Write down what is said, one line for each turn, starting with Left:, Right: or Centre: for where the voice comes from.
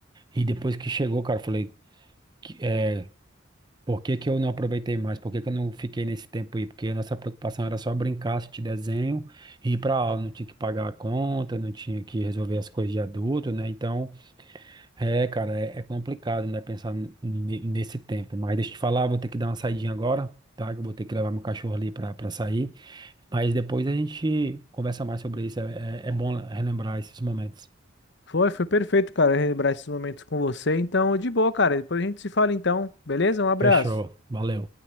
Right: E depois que chegou, cara, eu falei, que- é, por que que eu não aproveitei mais? Por que que eu não fiquei nesse tempo aí? Porque a nossa preocupação era só brincar, assistir desenho ir para aula. Não tinha que pagar a conta, não tinha que resolver as coisas de adulto, né? Então, é, cara, é, é complicado, né, pensar n- n- nesse tempo. Mas deixa eu te falar, vou ter que dar uma saidinha agora, tá? Que eu vou ter que levar meu cachorro ali pra, pra sair. Mas depois a gente conversa mais sobre isso. É, é é bom relembrar esses momentos.
Left: Foi, foi perfeito, cara, relembrar esses momentos com você. Então, de boa, cara. Depois a gente se fala então, beleza? Um abraço.
Right: Fechou. Valeu.